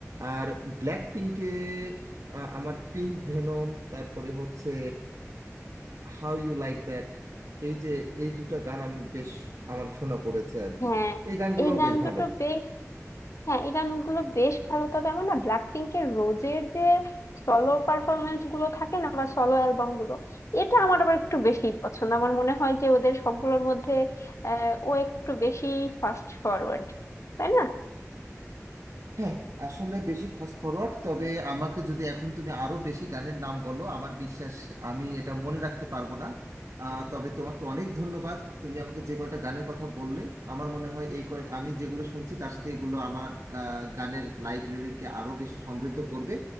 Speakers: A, on the right; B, on the left.
A: আর ব্ল্যাক পিঙ্কে আমার পিঙ্ক ভেনম তারপরে হচ্ছে হাউ ইউ লাইক দ্যাট এই যে এই দুটো গান আমি বেশ আমার শোনা পড়েছে আর কি
B: হ্যাঁ
A: এই গানগুলোও
B: এই গান
A: বেশ
B: দুটো
A: ভালো
B: বেশ হ্যাঁ এই গানগুলো বেশ ভালো তবে আমার না ব্ল্যাক পিঙ্কের রোজের যে সলো পারফরমেন্স গুলো থাকে না বা সলো অ্যালবাম গুলো এটা আমার আবার একটু বেশি পছন্দ আমার মনে হয় যে ওদের সবগুলোর মধ্যে আহ, ও একটু বেশি ফাস্ট ফরওয়ার্ড তাই না
A: হ্যাঁ আসলে বেশি ফাস্ট ফরওয়ার্ড তবে আমাকে যদি এখন তুমি আরো বেশি গানের নাম বলো আমার বিশ্বাস আমি এটা মনে রাখতে পারবো না আহ, তবে তোমাকে অনেক ধন্যবাদ তুমি আমাকে যে কয়টা গানের কথা বললে আমার মনে হয় এই কয় আমি যেগুলো শুনছি তার সাথে এগুলো আমার আহ, গানের লাইব্রেরিকে আরো বেশি সমৃদ্ধ করবে